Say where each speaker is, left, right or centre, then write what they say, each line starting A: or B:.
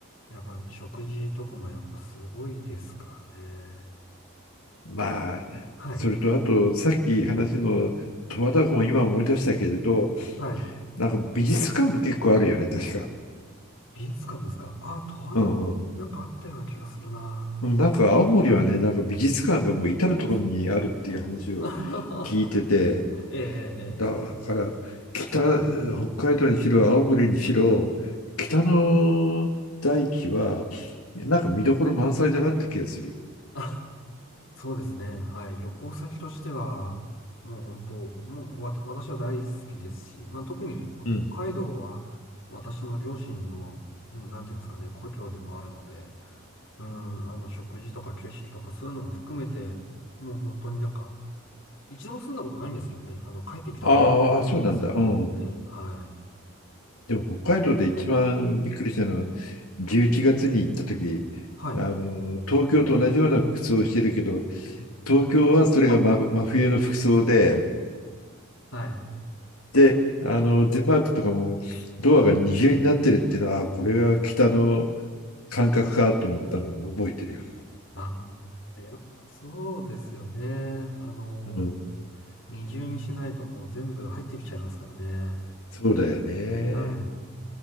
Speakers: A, on the left; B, on the left.
A: やっぱ食事とかもやっぱすごいですからね。
B: まあ、
A: はい。
B: それとあと、さっき話の十和田湖も今思い出したけれど、
A: はい。
B: なんか美術館も結構あるよね、確か。
A: 美術館ですか。ああ、十和田湖。
B: うんうん。
A: なんかあったような気がするな。
B: うんなんか青森はね、
A: はい。
B: なんか美術館がもう至る所にあるっていう話を聞いてて、
A: <laughs> あはははええ、え
B: だから北、
A: え、
B: 北海道にしろ青森にしろ北の大地はなんか見どころ満載だなって気がする。
A: ええ。そうですね。はい。旅行先としては、もう本当、もうわた、私は大好きですし、まあ特に北海道は私の両親の、
B: うん。
A: うんなんていうんですかね、故郷でもあるので、うん、あの食事とか景色とかそういうのも含めて、もう本当になんか、一度も住んだことないんですけどね、あの帰ってきたなって感じがするんですね。
B: ああ、そうなんだ。うん。
A: はい。
B: でも北海道で一番びっくりしたのは11月に行った時あの東京と同じような服装をしてるけど
A: はい。
B: 東京はそれが真、
A: <laughs>
B: 真冬の服装で
A: はい。
B: であのデパートとかもドアが二重になってるっていうのはあこれが北の感覚かと思ったのを覚えてるよ。
A: あ、やっぱそうですよね。あの、
B: うん、
A: 二重にしないともう全部入ってきちゃいますからね。
B: そうだよね。
A: はい。